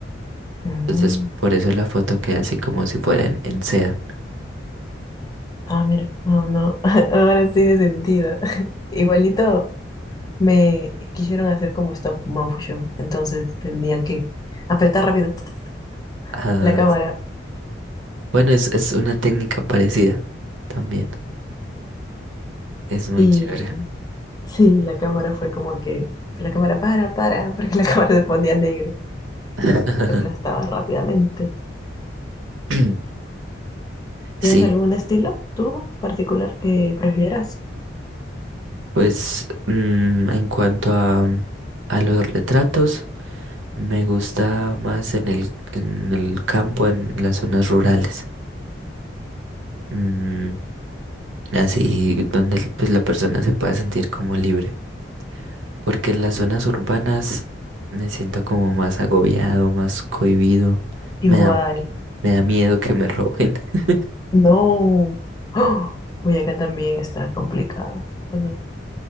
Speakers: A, on the left; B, on the right.
A: Mm,
B: Entonces por eso la foto queda así como si fuera en, en seda.
A: Ah, mira, no, no, <laughs> ahora sí de sentido. <laughs> Igualito me quisieron hacer como stop motion, entonces tenía que apretar rápido <laughs> <tsk>
B: Ah,
A: la cámara
B: bueno, es, es una técnica parecida también. Es muy
A: y
B: chévere.
A: Sí, la cámara fue como que la cámara para, para, porque la <laughs> cámara se ponía negro,
B: <laughs>
A: se aplastaba rápidamente.
B: <clears throat>
A: ¿Tienes
B: Sí,
A: algún estilo tú particular que prefieras?
B: pues mm, en cuanto a, a los retratos. Me gusta más en el, en el campo, en las zonas rurales. Mm, así donde pues la persona se pueda sentir como libre. Porque en las zonas urbanas me siento como más agobiado, más cohibido.
A: Igual,
B: Me da, me da miedo que me roben. <laughs>
A: no. ¡Oh! Uy, también está complicado. Bueno,